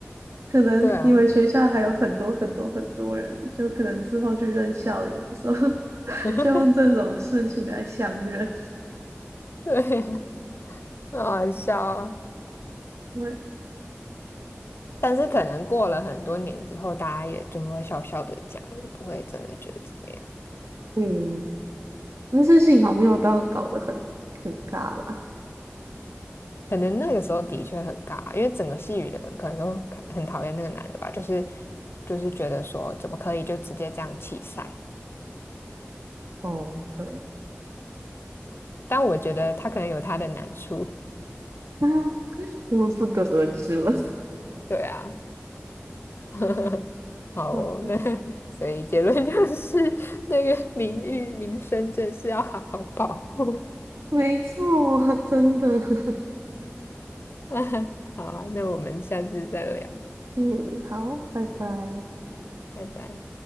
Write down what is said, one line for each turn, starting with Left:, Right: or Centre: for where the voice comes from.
Right: 可能你们学校还有很多很多很多人，
Left: 对啊，
Right: 就可能之后去认校友的时候，<laughs>
Left: <laughs>
Right: 就用这种事情来相认。
Left: 对，很好笑啊。
Right: 对，
Left: 但是可能过了很多年之后，大家也就会笑笑的讲，也不会真的觉得怎么样。
Right: 嗯，但是幸好没有到搞得很很尬了。
Left: 可能那个时候的确很尬，因为整个戏语的人可能都看很讨厌那个男的吧，就是就是觉得说怎么可以就直接这样弃赛？
Right: 哦，对，
Left: 但我觉得他可能有他的难处，
Right: 那我们不得而知了。
Left: 对啊，<laughs> 好哦，
Right: <laughs>
Left: 那 <laughs> 所以结论就是那个名誉名声真是要好好保护。
Right: 没错，真的。<laughs>
Left: <laughs> 好啊，那我们下次再聊，
Right: 嗯，好，拜拜。
Left: 拜拜。